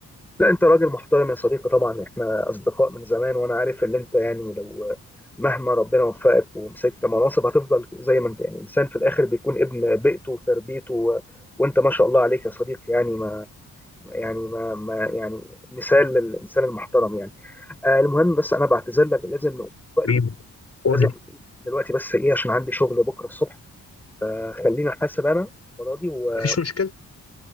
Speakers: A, in the centre; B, on the left.
A: لا انت راجل محترم يا صديقي طبعا احنا اصدقاء من زمان وانا عارف ان انت يعني لو مهما ربنا وفقك ومسكت مناصب هتفضل زي ما انت يعني الانسان في الاخر بيكون ابن بيئته وتربيته و... وانت ما شاء الله عليك يا صديقي يعني ما يعني ما, ما يعني مثال للانسان المحترم يعني آه المهم بس انا بعتذر لك لازم نقوم دلوقتي
B: حبيبي قول
A: لازم
B: لي
A: نقوم دلوقتي بس ايه عشان عندي شغل بكره الصبح فخلينا حاسب انا المره دي وحبيبي
B: مفيش مشكلة